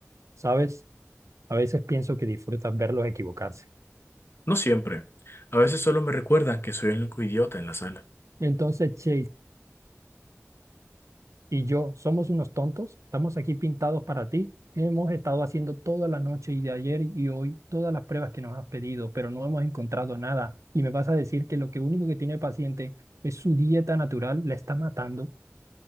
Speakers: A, on the right; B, on the left.
A: ¿Sabes? A veces pienso que disfrutas verlos equivocarse.
B: No siempre. A veces solo me recuerdan que soy el único idiota en la sala.
A: Entonces, Chase y yo somos unos tontos. Estamos aquí pintados para ti. Hemos estado haciendo toda la noche y de ayer y hoy todas las pruebas que nos has pedido, pero no hemos encontrado nada. Y me vas a decir que lo que único que tiene el paciente es su dieta natural, la está matando.